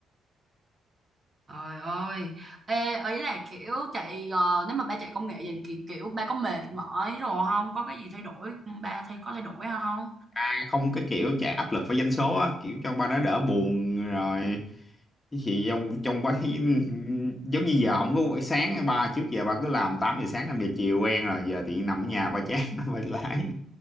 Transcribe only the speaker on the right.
Trời ơi, ê, ấy là kiểu chạy ờ, nếu mà ba chạy công nghệ vậy thì kiểu ba có mệt mỏi rồi không? Có cái gì thay đổi ba thay có thay đổi không?